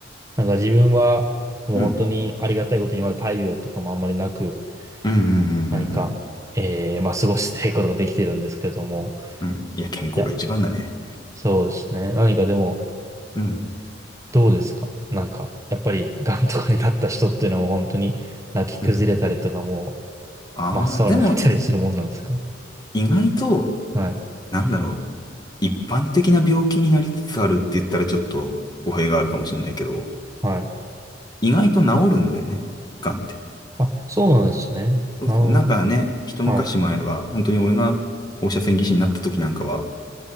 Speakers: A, on the right; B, on the left.
A: なんか自分は、もう本当にありがたいことに、
B: うん。
A: まだ大病とかもあんまりなく、
B: うん。うん。うん。うんう
A: 何か、
B: ん。
A: えーまあ、過ごしていくことができてるんですけれども、
B: うん。いや、健康が一番だね。
A: いや、そうですね。何かでも、
B: うん。
A: どうですかなんか、やっぱり、癌とかになった人っていうのはもう本当に、泣き崩れたりとかも
B: うん。ああ、
A: 真っ青になったりするもんなんですか
B: でも、意外と、
A: はい。
B: なんだろう。一般的な病気になりつつあるって言ったらちょっと語弊があるかもしれないけど、
A: はい。
B: 意外と治るんだよね。癌って。
A: あ、そうなんですね。
B: そうそう。
A: なるほど。
B: なんかね、一昔前は、
A: はい。
B: 本当に俺が放射線技師になった時なんかは、